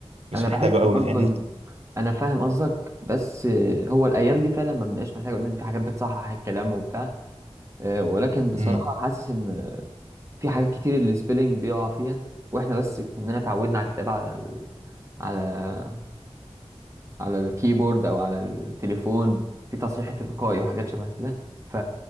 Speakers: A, on the right; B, on the right.
A: مش
B: أنا بحس
A: محتاجه قوي
B: برضه
A: فاهمني
B: إن أنا فاهم قصدك بس آه، هو الأيام دي فعلا ما بنبقاش محتاج لأن في حاجات بتصحح الكلام وبتاع آه، ولكن بصراحة
A: امم
B: حاسس إن في حاجات كتير السبيلنج بيقع فيها وإحنا بس إننا اتعودنا على الكتابة على ال- على على الكيبورد او على التليفون في تصحيح تلقائي وحاجات شبه كده ف